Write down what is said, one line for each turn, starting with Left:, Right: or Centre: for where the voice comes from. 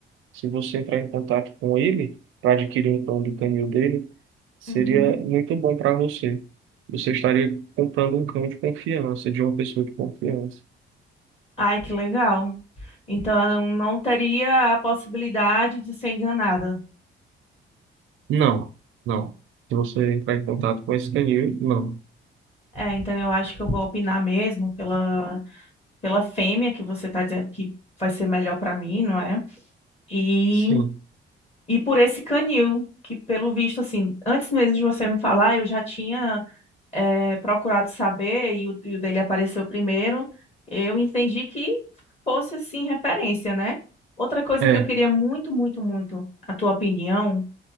Right: Se você entrar em contato com ele para adquirir um cão do canil dele, seria
Left: Uhum.
Right: muito bom para você. Você estaria comprando um cão de confiança, de uma pessoa de confiança.
Left: Ai, que legal. Então eu não teria a possibilidade de ser enganada.
Right: Não, não. Se você entrar em contato com esse canil, não.
Left: É, então eu acho que eu vou opinar mesmo pela, pela fêmea que você está dizendo que vai ser melhor para mim, não é? E,
Right: Sim.
Left: e por esse canil, que pelo visto, assim, antes mesmo de você me falar, eu já tinha. é, procurado saber e o, e o dele apareceu primeiro, eu entendi que fosse assim referência, né? Outra coisa
Right: É,
Left: que eu queria muito, muito, muito a tua opinião